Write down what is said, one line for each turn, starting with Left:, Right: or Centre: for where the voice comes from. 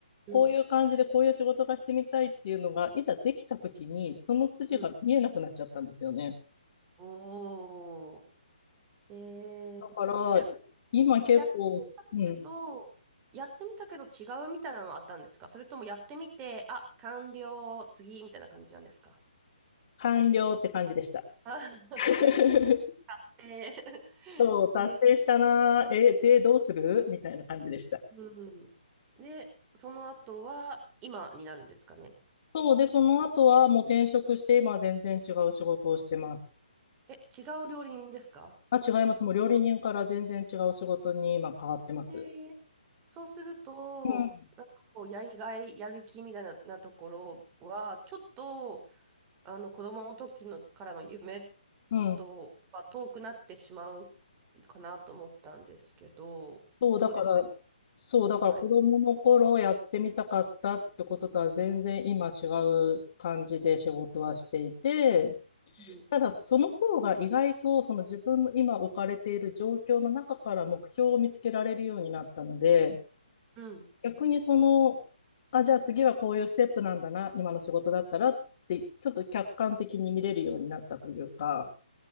Right: うん
Left: こういう感じでこういう仕事がしてみたいっていうのが、いざできた時に、その筋が見えなくなっちゃったんですよね。
Right: うんおーでや、
Left: だから、今結構、
Right: やってみたけどやってみたけど違うみたいなのはあったんですかそれともやってみてあ完了次みたいな感じなんですか
Left: うん、完了って感じでした。
Right: あ <laughs>
Left: <laughs>
Right: 達成で、
Left: そう、達成したなー。え、で、どうするみたいな感じでした。
Right: うんでその後は今になるんですかね
Left: そう、で、その後はもう転職して、今は全然違う仕事をしてます。
Right: え違う料理人ですか
Left: まあ、違います。もう料理人から全然違う仕事に今変わってます。
Right: でそうするとなんかこうやりがいやる気みたいな、
Left: うん。
Right: なところはちょっとあの子供の時のからの夢
Left: うん。
Right: とは遠くなってしまうかなと思ったんですけど、
Left: そう、
Right: どうです
Left: だから、そう、
Right: とはい。
Left: だから子供の頃やってみたかったってこととは全然今違う感じで仕事はしていて、
Right: うん。
Left: ただ、その方が意外とその自分の今置かれている状況の中から目標を見つけられるようになったので、
Right: うん。
Left: 逆にその、あ、じゃあ次はこういうステップなんだな、今の仕事だったらって、ちょっと客観的に見れるようになったというか、